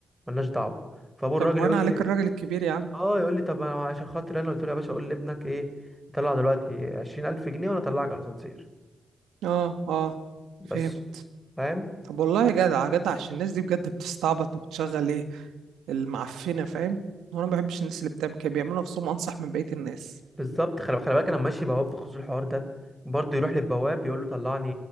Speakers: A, in the centre; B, on the right (about 80°).
A: ملناش دعوه فابو الراجل
B: طب وانا
A: يقول
B: عليك
A: لي
B: الراجل الكبير يا عم
A: اه يقول لي طب أنا عشان خاطر انا قلت له يا باشا قول لابنك ايه يطلع دلوقتي عشرين الف جنيه وانا اطلعك على الاسانسير
B: اه اه فهمت
A: بس فاهم
B: طب والله جدع جدع عشان الناس دي بجد بتستعبط وبتشغل ايه المعفنه فاهم وانا ما بحبش الناس اللي بتعمل كده بيعملوا نفسهم انصح من بقيه الناس
A: بالظبط خلي خلي بالك انا ماشي بواب بخصوص الحوار ده برضه يروح للبواب يقول له طلعني